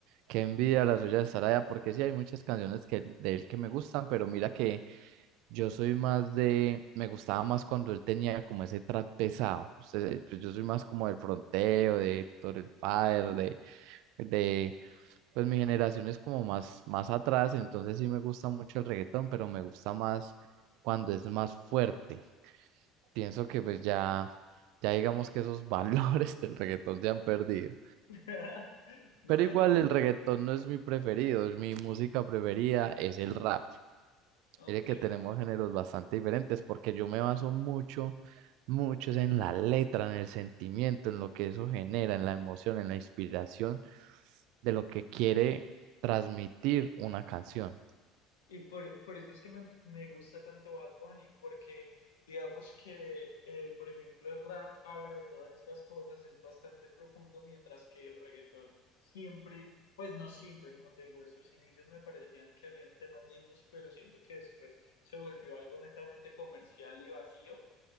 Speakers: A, on the right; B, on the left.
A: Qué envidia la suya de estar allá, porque sí hay muchas canciones que, de él que me gustan, pero mira que Yo soy más de, me gustaba más cuando él tenía como ese trap pesado. Usted- pues yo soy más como del fronteo, de Héctor el Father, de, de, pues mi generación es como más, más atrás, entonces sí me gusta mucho el reggaetón, pero me gusta más cuando es más fuerte. Pienso que pues ya, ya digamos que esos valores <laughs> del reggaetón se han perdido.
B: <laughs> No,
A: Pero igual
B: es lo que
A: el
B: yo,
A: reggaetón no es mi preferido, es mi música preferida es el rap.
B: ok,
A: Mire que tenemos géneros bastante diferentes porque yo me baso mucho, mucho es en la letra, en el sentimiento, en lo que eso genera, en la emoción, en la inspiración de lo que quiere transmitir una canción.
B: Y por, por eso es que me, me gusta tanto Bad Bunny, porque digamos que, eh, por ejemplo, el rap habla de todas estas cosas, es bastante profundo, mientras que el reggaetón siempre, pues no siempre, como te digo, esos inicios me parecían que habían temas lindos, pero siento que después se volvió algo netamente comercial y vacío